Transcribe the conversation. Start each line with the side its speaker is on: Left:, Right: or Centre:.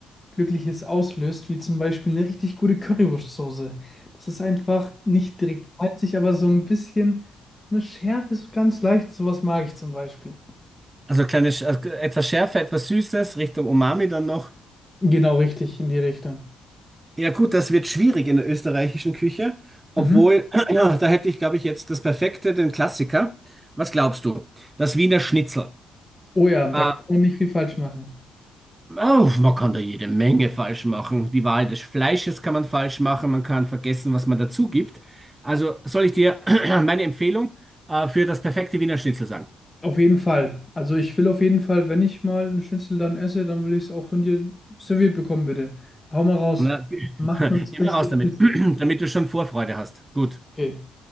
Left: Glückliches auslöst, wie zum Beispiel eine richtig gute Currywurstsoße. Das ist einfach nicht direkt salzig, aber so ein bisschen so eine Schärfe, so ganz leicht. Sowas mag ich zum Beispiel.
Right: Also kleine, also etwas Schärfe, etwas Süßes, Richtung Umami dann noch.
Left: Genau richtig, in die Richtung.
Right: Ja gut, das wird schwierig in der österreichischen Küche, obwohl,
Left: Mhm.
Right: <clears throat> ja, da hätte ich, glaube ich, jetzt das Perfekte, den Klassiker. Was glaubst du? Das Wiener Schnitzel.
Left: Oh ja, da
Right: Äh,
Left: kann man nicht viel falsch machen.
Right: oh, man kann da jede Menge falsch machen. Die Wahl des Fleisches kann man falsch machen, man kann vergessen, was man dazu gibt. Also soll ich dir <clears throat> meine Empfehlung äh, für das perfekte Wiener Schnitzel sagen?
Left: Auf jeden Fall. Also ich will auf jeden Fall, wenn ich mal einen Schnitzel dann esse, dann will ich es auch von dir serviert bekommen, bitte. Hau mal raus.
Right: Na, <laughs>
Left: Macht man das
Right: immer
Left: beste
Right: raus damit,
Left: Schnitzel?
Right: <clears throat> damit du schon Vorfreude hast. Gut.
Left: Okay.